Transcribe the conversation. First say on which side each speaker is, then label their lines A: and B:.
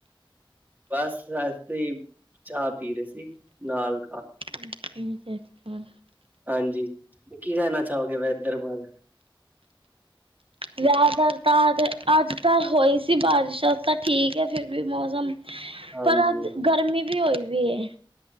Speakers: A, on the right; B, on the right.
A: ਬਸ ਐਸੇ ਹੀ ਚਾਹ ਪੀ ਰਹੇ ਸੀ ਨਾਲ
B: ਅੱਛਾ ਅੱਛਾ
A: ਹਾਂਜੀ, ਕੀ ਕਹਿਣਾ ਚਾਹੋਗੇ ਇਧਰ ਬਾਹਰ
B: ਜ਼ਿਆਦਾਤਰ ਤਾਂ ਅੱਜ ਤਾਂ ਹੋਈ ਸੀ ਬਾਰਿਸ਼ ਤਾਂ ਠੀਕ ਐ ਫਿਰ ਵੀ ਮੌਸਮ।
A: ਹਾਂਜੀ
B: ਪਰ ਅੱਜ ਗਰਮੀ ਵੀ ਹੋਈ ਪਈਏ।